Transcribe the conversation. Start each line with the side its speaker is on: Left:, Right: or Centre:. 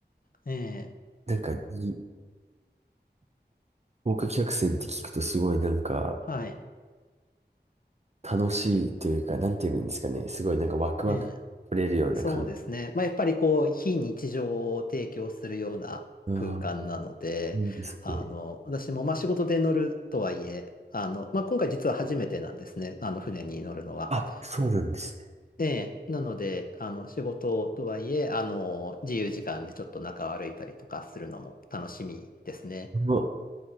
Left: ええ
Right: なんかに、豪華客船って聞くとすごいなんか、
Left: はい。
Right: 楽しいというか、なんて言えばいいんですかね。すごいなんかワクワクが触れるような感じ。
Left: ええそうですね。まあ、やっぱりこう、非日常を提供するような空間なので、
Right: ああ、いいですね。
Left: あの、私もまあ仕事で乗るとはいえ、あの、まあ、今回実は初めてなんですね。あの、船に乗るのは。
Right: あ、そうなんですね。
Left: で、なので、あの、仕事とはいえ、あの、自由時間でちょっと中を歩いたりとかするのも楽しみですね。
Right: うわ、